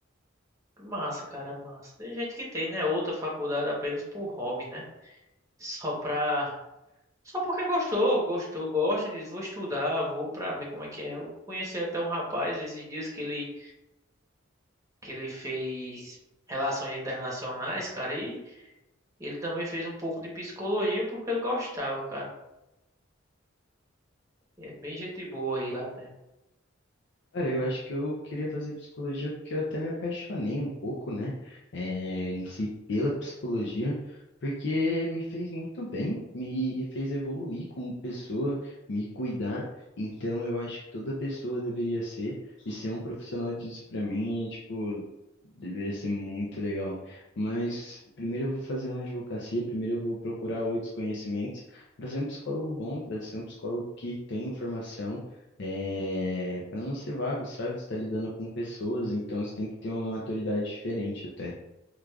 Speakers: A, on the right; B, on the left.
A: Massa, cara, é massa. Tem gente que tem, né? Outra faculdade apenas por hobby, né? Só pra. Só porque gostou, gostou, gosta, diz, vou estudar, vou pra ver como é que é. Eu conheci até um rapaz esses dias que ele, que ele fez relações internacionais, cara, e ele também fez um pouco de psicologia porque ele gostava, cara. E É bem gente boa aí lá até.
B: Cara, eu acho que eu queria fazer psicologia porque eu até me apaixonei um pouco, né, eh, em si pela psicologia, porque me fez muito bem, me fez evoluir como pessoa, me cuidar. Então, eu acho que toda pessoa deveria ser, e ser um profissional disso pra mim é tipo. Deveria ser muito legal. Mas primeiro eu vou fazer uma advocacia, primeiro eu vou procurar outros conhecimentos para ser um psicólogo bom, para ser um psicólogo que tem informação é, para não ser vago, sabe? Você tá lidando com pessoas, então você tem que ter uma maturidade diferente até.